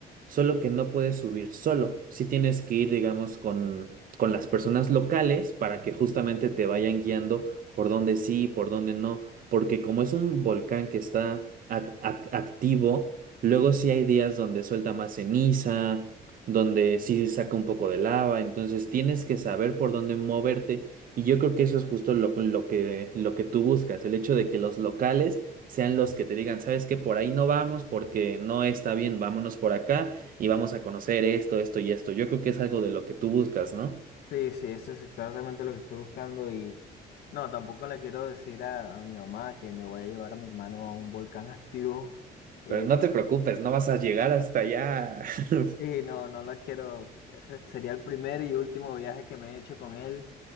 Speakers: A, on the right; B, on the left.
A: solo que no puedes subir solo. Sí tienes que ir, digamos, con, con las personas locales para que justamente te vayan guiando por dónde sí, y por dónde no. Porque como es un volcán que está ac- ac- activo, luego sí hay días donde suelta más ceniza, donde sí saca un poco de lava. Entonces tienes que saber por dónde moverte. Y yo creo que eso es justo lo, lo que, lo que tú buscas, el hecho de que los locales sean los que te digan, ¿sabes qué? Por ahí no vamos porque no está bien, vámonos por acá y vamos a conocer esto, esto y esto. Yo creo que es algo de lo que tú buscas, ¿no?
B: Sí, sí, eso es exactamente lo que estoy buscando y no, tampoco le quiero decir a, a mi mamá que me voy a llevar a mi hermano a un volcán <laughs> activo. Eh,
A: Pero no te preocupes, no vas a llegar hasta allá. <laughs>
B: sí, no, no la quiero. Ese sería el primer y último viaje que me he hecho con él.